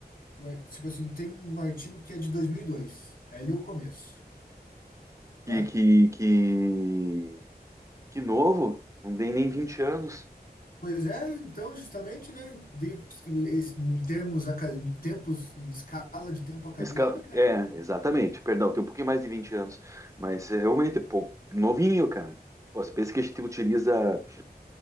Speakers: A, on the left; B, on the right.
A: o ar- tipo assim, tem um artigo que é de 2002 é ali o começo, tá?
B: Que, que, que, que novo. Não tem nem 20 anos.
A: Pois é, então, justamente, né, de- em termos, aca- em tempos, em escala de tempo acadêmica,
B: Esse ca- É,
A: né?
B: exatamente. Perdão, tem um pouquinho mais de 20 anos. Mas é, realmente é pouco. Novinho, cara. Pô, Você pensa que a gente utiliza